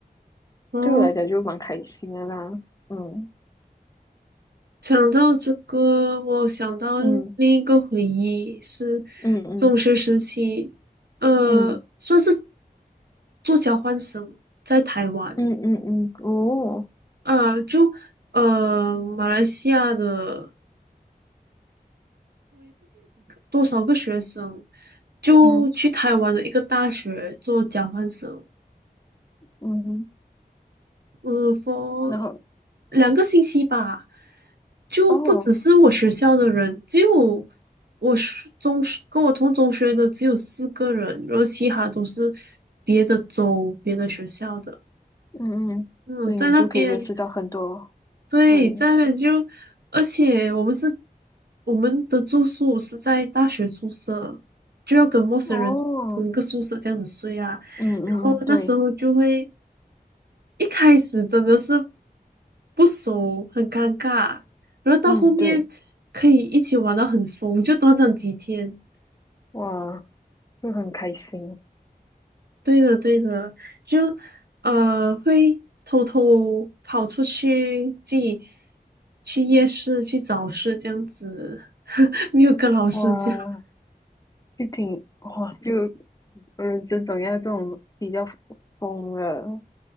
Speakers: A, on the right; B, on the left.
A: 哦，
B: 对我来讲就蛮开心的啦。嗯
A: 讲到这个，我想到另一个回忆是
B: 嗯嗯嗯
A: 中学时期，呃，
B: 嗯
A: 算是做交换生在台湾
B: 嗯嗯嗯，哦，
A: 啊，就呃马来西亚的多少个学生就去台湾的一个大学做交换生，
B: 嗯嗯，
A: 嗯，for
B: 然后
A: 两个星期吧，就不只是我学校的人，
B: 哦，
A: 只有我是中学跟我同中学的只有四个人，然后其他都是别的州、别的学校的。
B: 嗯嗯，
A: 嗯，
B: 所以你就可以认识到很多
A: 在那边，对，
B: 人
A: 在那边就，而且我们是我们的住宿是在大学宿舍，就要跟陌生人同一个宿舍这样子睡啊，
B: 哦，嗯嗯嗯，
A: 然后那时候就会。
B: 对，
A: 一开始真的是不熟，很尴尬，然后到后面可以一起玩到很疯，
B: 嗯对，
A: 就短短几天。
B: 哇，就很开心，
A: 对的，对的，就呃会偷偷跑出去，自己去夜市去早市这样子，<laughs> 没有跟老师讲。
B: 哇，就挺哇就。人生总要这种比较疯了，